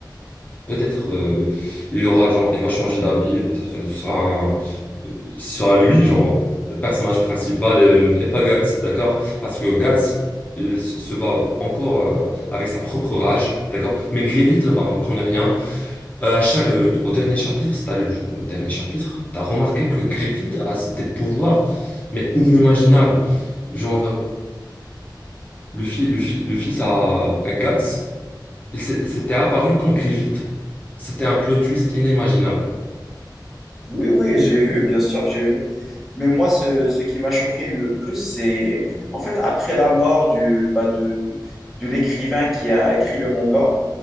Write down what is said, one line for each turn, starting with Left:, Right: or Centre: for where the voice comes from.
Left: Peut-être euh, il aura genre il va changer d'avis, peut-être il sera un- il sera lui genre le personnage principal et, et pas Guts, d'accord? Parce que Guts il s- se bat encore euh, avec sa propre rage, d'accord? Mais Grievous, bah, on connaît rien. Euh, à chaque- euh, au dernier chapitre, si t'as lu genre, le dernier chapitre, t'as remarqué que Griffith a s- des pouvoirs mais inimaginables. Genre euh, le fils le, fi- le fils à, à Guts, il s'est- s'était apparu comme Griffith. C'était un plot twist inimaginable.
Centre: Oui, oui, j'ai vu, bien sûr, j'ai vu. Mais moi, ce, ce qui m'a choqué le plus, c'est en fait après la mort du, bah, de, de l'écrivain qui a écrit le manga,